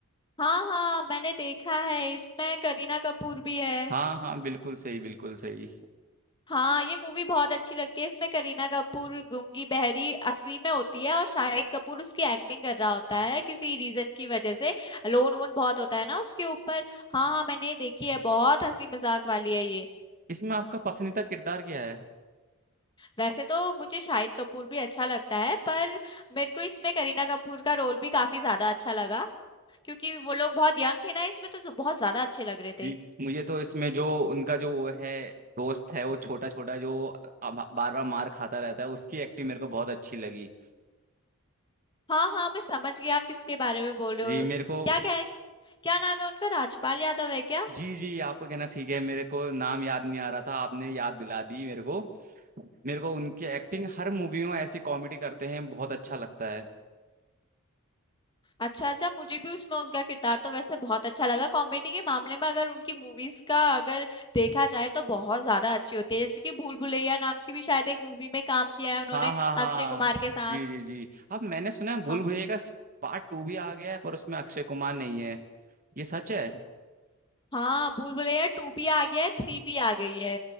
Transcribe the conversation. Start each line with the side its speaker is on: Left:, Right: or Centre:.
Left: हाँ हाँ मैंने देखा है इसमें करीना कपूर भी है
Right: हाँ हाँ बिल्कुल सही बिल्कुल सही
Left: हाँ ये मूवी बहुत अच्छी लगती है इसमें करीना कपूर गूंगी बहरी असली में होती है और शाहिद कपूर उसकी एक्टिंग कर रहा होता है किसी रीजन की वजह से लोन वोन बहुत होता है ना उसके ऊपर हाँ हाँ मैंने ये देखी है बहुत हंसी मजाक वाली है ये
Right: इसमें आपका पसंदीदा किरदार क्या है
Left: वैसे तो मुझे शाहिद कपूर भी अच्छा लगता है पर मेरे को इसमें करीना कपूर का रोल भी काफी ज्यादा अच्छा लगा क्योंकि वो लोग बहुत यंग थे ना इसमें तो बहुत ज्यादा अच्छे लग रहे थे
Right: जी मुझे तो इसमें जो उनका जो वो है दोस्त है वो छोटा छोटा जो बार बार मार खाता रहता है उसकी एक्टिंग मेरे को बहुत अच्छी लगी
Left: हाँ हाँ मैं समझ गई आप किसके बारे में बोल रहे
Right: जी
Left: हो
Right: मेरे को
Left: क्या क्या क्या नाम है उनका राजपाल यादव है क्या
Right: जी जी आपका कहना ठीक है मेरे को नाम याद नहीं आ रहा था आपने याद दिला दी मेरे को मेरे को उनकी एक्टिंग हर मूवी में ऐसी कॉमेडी करते हैं बहुत अच्छा लगता है
Left: अच्छा अच्छा मुझे भी उसमें उनका किरदार तो वैसे बहुत अच्छा लगा कॉमेडी के मामले में अगर उनकी मूवीज का अगर देखा जाए तो बहुत ज्यादा अच्छी होती है जैसे कि भूल भुलैया नाम की भी शायद एक मूवी में काम किया है उन्होंने
Right: हाँ हाँ हाँ
Left: अक्षय कुमार के साथ
Right: जी जी जी अब मैंने सुना है भूल
Left: हाँ
Right: भुलैया का पार्ट टू भी आ गया है पर उसमें अक्षय कुमार नहीं है ये सच है
Left: हाँ भूल भुलैया टू भी आ गया है थ्री भी आ गई है